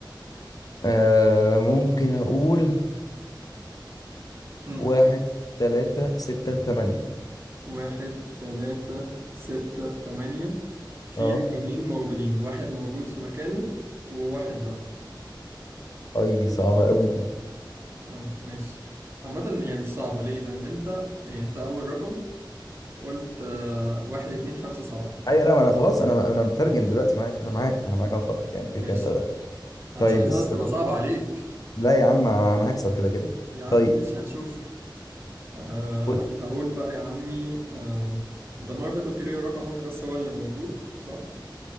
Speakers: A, on the left; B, on the right.
A: آه ممكن أقول
B: مم.
A: واحد تلاتة ستة تمانية
B: واحد تلاتة ستة تمانية في
A: اه
B: رقمين موجودين واحد موجود في مكانه وواحد لأ
A: أي صعبة أوي دي
B: اه ماشي عامة هي مش صعبة ليه؟ لأن أنت يعني أنت أول رقم قلت آه، واحد اتنين خمسة سبعة
A: أيوة لا ما أنا خلاص أنا أنا بترجم دلوقتي معاك أنا معاك أنا معاك على الخط يعني كده
B: ماشي
A: كده ده- ده.
B: أنا
A: طيب
B: مش عايز
A: بس
B: بس تبقى صعبة عليك
A: لا يا عم أنا هكسب كده كده
B: يا عم
A: طيب
B: مش هنشوف آه
A: خد
B: أنا هقول بقى يا عمي آه أنت المرة اللي فاتت قلت لي رقم واحد بس هو اللي موجود صح؟